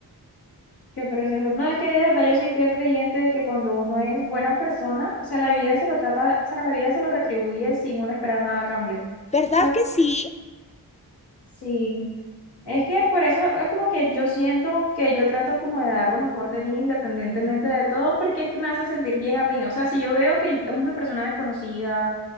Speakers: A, on the left (about 85°); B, on the left (about 20°).
A: Qué precioso. No, es que de verdad yo soy fiel creyente de que cuando uno es buena persona, o sea, la vida se lo trata, o sea, la vida se lo retribuye sin uno esperar nada a cambio. O
B: ¿Verdad
A: sea,
B: que sí?
A: sí. Es que por eso es como que yo siento que yo trato como de dar lo mejor de mí independientemente de todo, porque es que me hace sentir bien a mí. O sea, si yo veo que es una persona desconocida,